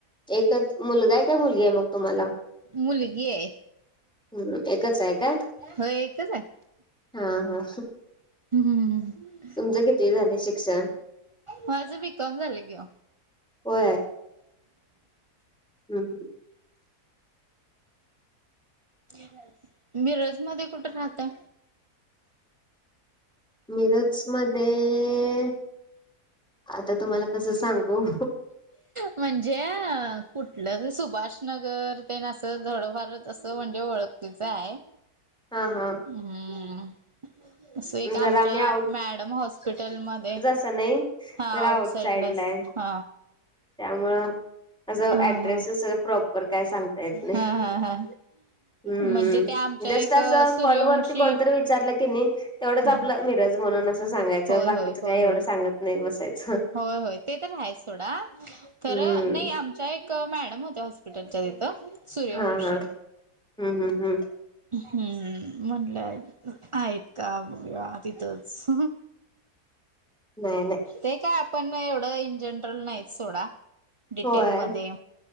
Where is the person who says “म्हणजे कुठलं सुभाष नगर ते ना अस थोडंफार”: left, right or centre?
Right